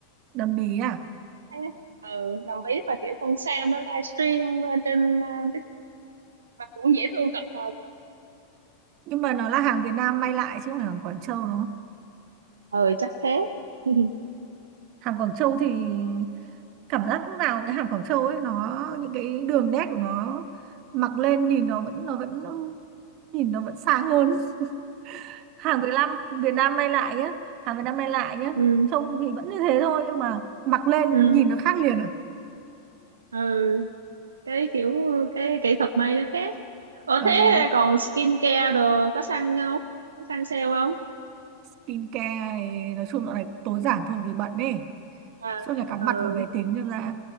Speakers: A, on the right (about 40°); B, on the right (about 70°).
A: đầm bí à
B: thế- ừ, đầm bí và kiểu con Sam nó livestream lên trên à, TikTok mà cũng dễ thương cực mà có
A: nhưng mà nó là hàng Việt Nam may lại chứ không phải hàng Quảng Châu đúng không
B: ừ chắc thế <laughs> ừ
A: hàng Quảng Châu thì cảm giác lúc nào cái hàng Quảng Châu ấy nó những cái đường nét của nó mặc lên nhìn nó vẫn nó vẫn nhìn nó vẫn sang hơn <laughs> hàng Việt Nam Việt Nam may lại nhá hàng Việt Nam may lại nhá
B: ừ
A: trông thì vẫn như thế thôi nhưng mà mặc lên
B: ừ
A: nó nhìn nó khác liền à
B: ừ cái kiểu cái kỹ thuật may nó khác ủa
A: ừ.
B: thế còn skin care đồ có săn không có săn sale không
A: skincare thì nói chung dạo này tối giản thôi vì bận ấy
B: à
A: suốt ngày cắm
B: ừ
A: mặt vào máy tính nên là